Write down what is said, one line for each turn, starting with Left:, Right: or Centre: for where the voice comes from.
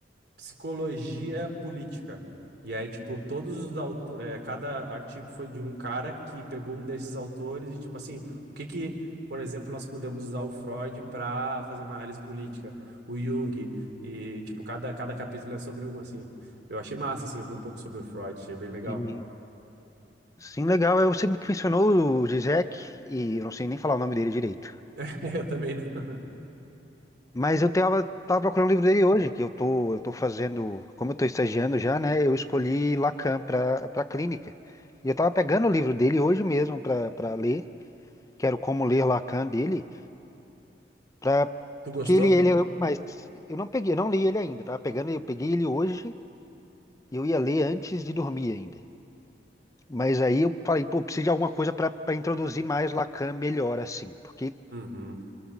Right: psicologia política. E aí, tipo, todos os autores, cada artigo foi de um cara que pegou um desses autores e, tipo assim, o que que, por exemplo, nós podemos usar o Freud para fazer uma análise política, o Jung, e, tipo, cada, cada capítulo é sobre um, assim. Eu achei massa, assim, eu vi um pouco sobre o Freud, achei bem legal.
Left: Sim, sim, legal. Eu sempre que mencionou o Zizek, e eu não sei nem falar o nome dele direito.
Right: <laughs> Eu também. não-
Left: Mas eu tava, tava procurando o livro dele hoje, que eu tô, eu tô fazendo, como eu tô estagiando já, né? Eu escolhi Lacan para para clínica. E eu tava pegando o livro dele hoje mesmo para para ler, que era o Como Ler Lacan dele, para
Right: Tu gostou?
Left: porque ele ele mas eu não peguei, eu não li ele ainda, tava pegando, eu peguei ele hoje e eu ia ler antes de dormir ainda. Mas aí eu falei, pô, preciso de alguma coisa para introduzir mais Lacan melhor assim, porque
Right: Uhum.